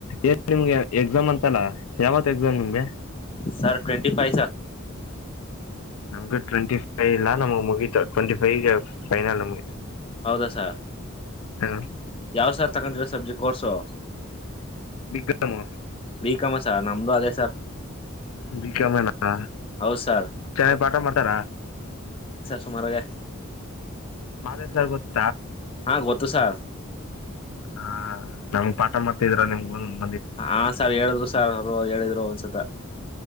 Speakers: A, on the left; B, on the left.
A: ಏನ್ ನಿಮ್ಗೆ ಎಕ್ಸಾಮ್ ಅಂತಲ್ಲ ಯಾವತ್ ಎಕ್ಸಾಮ್ ನಿಮ್ಗೆ
B: ಸರ್ ಟ್ವೆಂಟಿ ಫೈ್
A: ನಮ್ ಟ್ವೆಂಟಿ ಫೈವ ನಮ ಮುಗಿತ ಟ್ವೆಂಟಿ ಫೈವ ೈನಲ್ ಮು
B: ಹೌದಾ ಸ
A: ಹಾ
B: ಯಾವ್ ಸಾರ್ ತಗೊಂಡಿರ subject course
A: BCom
B: B com sir ನಮ್ದು ಅದೇ ಸರ್
A: ಬಿಕಾಮೇನಾ
B: ಹೌದ್ ಸರ್
A: ಚೆನ್ನಾಗಿ ಪಠ ಮಾಡ್ತಾರಾ
B: ಸುಮಾರಗೆ
A: ಮಾದೇವ್ ಸರ್ ಗೊತ್ತು.
B: ಹಾ ಗೊತ್ತು ಸಾ
A: ಹ ನಮ್ಗ್ ಪಾಠ ಮಾಡ್ತಿದ್ರ ನಿಮಗ <unintelligible>
B: ಹಾ ಸರ್ ಹೇಳಿದ್ರು ಸಾರ್ ಹೇಳಿದ್ರು ಒಂದ್ಸತ